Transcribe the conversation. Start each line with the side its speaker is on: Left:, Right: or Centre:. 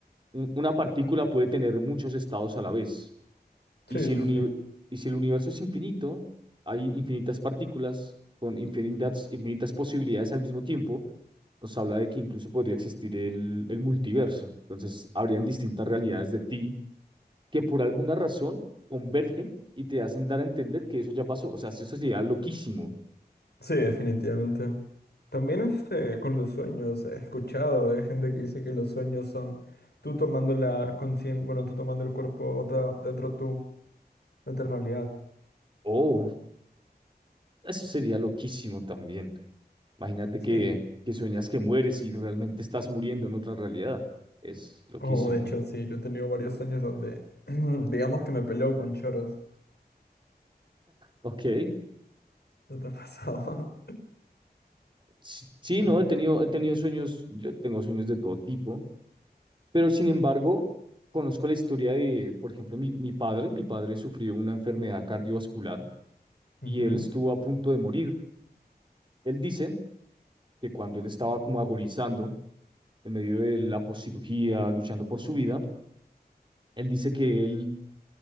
Right: un- una partícula puede tener muchos estados a la vez. Y
Left: Sí,
Right: si el
Left: sí,
Right: uni-
Left: sí.
Right: y si el universo es infinito, hay infinitas partículas con infinitas, infinitas posibilidades al mismo tiempo, nos habla de que incluso podría existir el, el multiverso. Entonces, habrían distintas realidades de ti que por alguna razón convergen y te hacen dar a entender que eso ya pasó. O sea, eso sería loquísimo.
Left: Sí, definitivamente. También este, con los sueños, he escuchado de gente que dice que los sueños son tú tomando la conciencia, bueno, tú tomando el cuerpo de otra, de otro tú, de otra realidad.
Right: Oh, eso sería loquísimo también. Imagínate
Left: Sí.
Right: que, que sueñas que mueres y realmente estás muriendo en otra realidad. Es loquísimo.
Left: O de hecho, sí, yo he tenido varios sueños donde, <clears throat> digamos que me peleo con choros.
Right: Ok.
Left: ¿No te ha pasado?
Right: Sí, sí,
Left: <laughs> Pero...
Right: no, he tenido, he tenido sueños, yo tengo sueños de todo tipo, pero sin embargo, conozco la historia de, por ejemplo, mi, mi padre. Mi padre sufrió una enfermedad cardiovascular
Left: ujú,
Right: y él estuvo a punto de morir. Él dice que cuando él estaba como agonizando en medio de la poscirugía, luchando por su vida, él dice que él